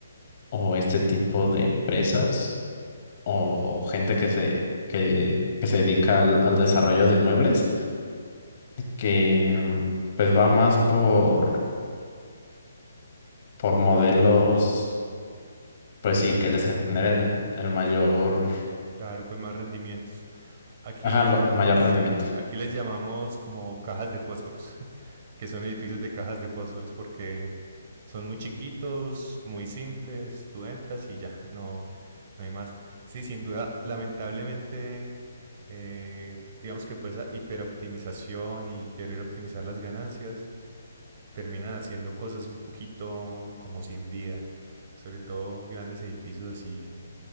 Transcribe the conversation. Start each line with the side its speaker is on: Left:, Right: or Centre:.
Left: o este tipo de empresas o, o gente que se, que, que se dedica al, al desarrollo de inmuebles, que mm, pues va más por, por modelos, pues sí, que les generen el mayor,
Right: Claro, con más rendimientos. Aquí,
Left: ajá, lo- el mayor
Right: sí,
Left: rendimiento.
Right: aquí les llamamos como cajas de fósforos. <laughs> que son edificios de cajas de fósforos porque son muy chiquitos, muy simples, tú entras y ya, no, no hay más. Sí, sin duda, lamentablemente, eh, digamos que por esa hiperoptimización y querer optimizar las ganancias, terminan haciendo cosas un poquito como sin vida, sobre todo grandes edificios así,